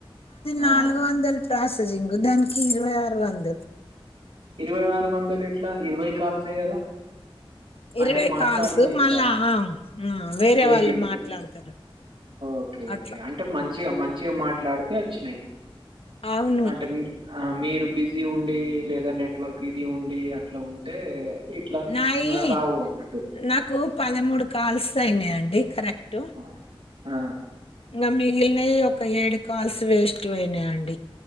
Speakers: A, on the right; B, on the left.
A: ఆ
B: నాల్గు వందల్ ప్రాసెస్ జింగు దానికి ఇరవై ఆరు వందలు
A: ఇరవై ఆరు వందలు ఎట్ల ఇరవై కాల్సే కదా
B: ఇరవై
A: అంటే మాట్లాడినాయి
B: కాల్స్ మళ్ళా
A: కూడా
B: ఆ వేరే
A: ఎయిటీ
B: వాళ్ళు
A: రూపీస్
B: మాట్లాడతారు
A: ఒకే
B: అట్లా
A: ఒకే అంటే మంచి మంచిగా మాట్లాడి వచ్చి నై
B: అవును
A: అంటే మీరు బిజీ ఉండే లేదా నెట్వర్క్ ఇది ఉండి అట్లా ఉంటే ఇట్లా
B: నాయి
A: ఆహ్, రావు అన్నట్టు.
B: నాకు పదమూడు కాల్స్ సైనాయండి కరె టు
A: ఆ! ఆ
B: ఇంకా మిగిలినవి ఒక ఏడు కాల్స్ వేస్ట్ పోయినాయండి